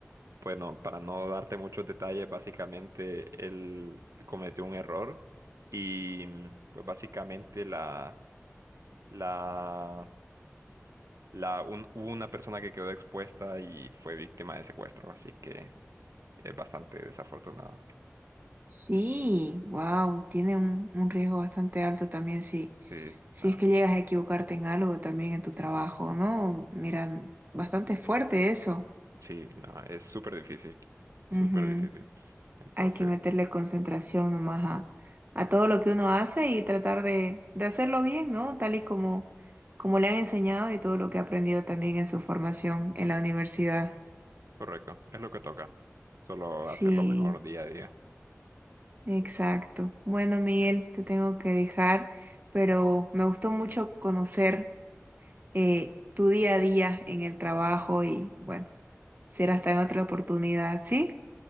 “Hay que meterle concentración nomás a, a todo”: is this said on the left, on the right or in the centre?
Right